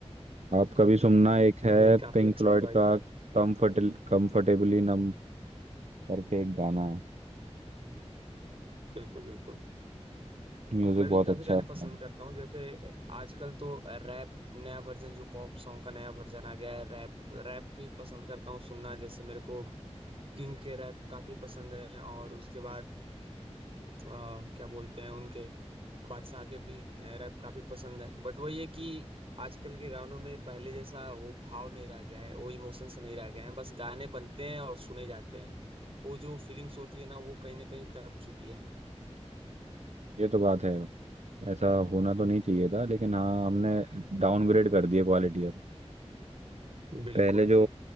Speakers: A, on the right (about 75°); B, on the right (about 55°).
A: आप कभी सुनना एक
B: नहीं
A: है
B: काफी
A: पिंक
B: अच्छी
A: फ्लॉयड
B: चॉइस
A: का
B: है
A: कम्फर्ट कंफर्टेबली नम करके एक गाना है
B: बिल्कुल बिल्कुल
A: म्यूजिक
B: मैं
A: बहुत
B: भी काफी
A: अच्छा
B: गाने
A: है उसका।
B: पसंद करता हूँ जैसे आजकल तो रैप नया वर्जन जो पॉप सॉन्ग का नया वर्जन आ गया है रैप रैप भी पसंद करता हूँ सुनना जैसे मेरे को किंग के रैप काफी पसंद है और उसके बाद आ, क्या बोलते हैं उनके बादशाह के भी रैप काफी पसंद है बट वही है कि आजकल के गानों में पहले जैसा वो भाव नहीं रह गया है वो इमोशंस नहीं रह गए हैं बस गाने बनते हैं और सुने जाते हैं वो जो फीलिंग्स होती है ना वो कहीं ना कहीं दब चुकी है
A: ये तो बात है ऐसा होना तो नहीं चाहिए था लेकिन हाँ हमने डाउनग्रेड कर दिया क्वालिटी अब
B: बिल्कुल
A: पहले जो